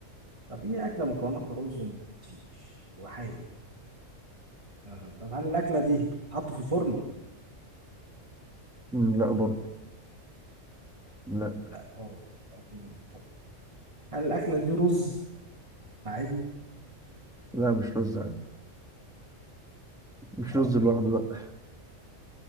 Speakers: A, on the right; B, in the centre.
A: طب هي أكلة مكوناتها رز ومحشيش وحادق آه. طب هل الأكلة دي بتتحط في الفرن؟
B: مم. لا برضه لا
A: لا برضه أكل من الفرن. هل الأكلة دي رز عادي؟
B: لا مش رز عادي مش
A: اه
B: رز لوحده لا